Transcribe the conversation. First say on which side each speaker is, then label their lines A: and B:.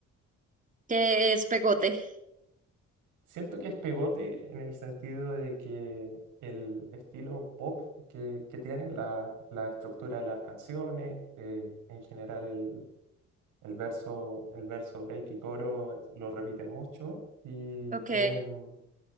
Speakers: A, on the right; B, on the right.
A: Que es pegote.
B: Siento que es pegote en el sentido de que el estilo pop que, que tienen, la, la estructura de las canciones, eh, en general el, el verso, el verso, break y coro lo repiten mucho y
A: Ok,
B: tienen